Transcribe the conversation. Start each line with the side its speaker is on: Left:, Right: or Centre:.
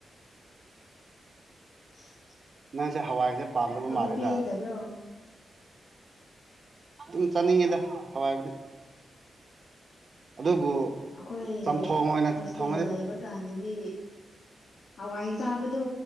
Left: <inaudible> <inaudible>
Right: ꯅꯪꯁꯦ ꯍꯋꯥꯏꯁꯦ ꯄꯥꯝꯗꯕ
Left: ꯑꯗꯨꯗ
Right: ꯃꯥꯜꯂꯦꯗ
Left: ꯄꯦꯟꯗꯕ꯭ꯔꯣ
Right: ꯑꯗꯨꯝ ꯆꯥꯅꯤꯡꯉꯤꯗ ꯍꯋꯥꯏꯕꯨꯗꯤ ꯑꯗꯨꯕꯨ
Left: ꯑꯩꯈꯣꯏ
Right: ꯆꯝꯊꯣꯡ ꯑꯣꯏꯅ
Left: ꯍꯣꯁꯇꯦꯜ
Right: ꯊꯣꯡꯉꯗꯤ
Left: ꯂꯩꯕ ꯀꯥꯟꯗꯗꯤ ꯍꯋꯥꯏ ꯆꯥꯕꯗꯣ